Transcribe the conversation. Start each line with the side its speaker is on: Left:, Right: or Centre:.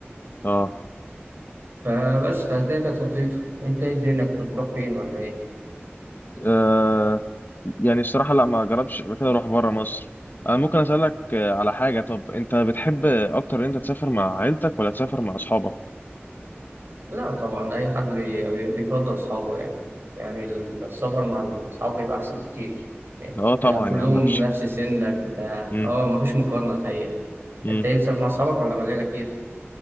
Left: اه
Right: فبس فالدنيا كانت لطيفة أنت إيه الدنيا كنت بتروح فين ولا إيه؟
Left: آه يعني الصراحة لا ما جربتش قبل كده اروح بره مصر انا ممكن اسألك آه، على حاجة طب انت بتحب اكتر ان انت تسافر مع عيلتك ولا تسافر مع اصحابك
Right: لا طبعا أي حد بي... بي- بيفضل أصحابه يعني يعني السفر مع الأصحاب بيبقى أحسن بكتير يعني
Left: اه طبعا
Right: كلهم
Left: يا عم مفيش
Right: نفس سنك بتاع
Left: مم.
Right: اه مفيش مقارنة الحقيقة
Left: مم.
Right: أنت إيه بتسافر مع أصحابك ولا مع العيلة كتير؟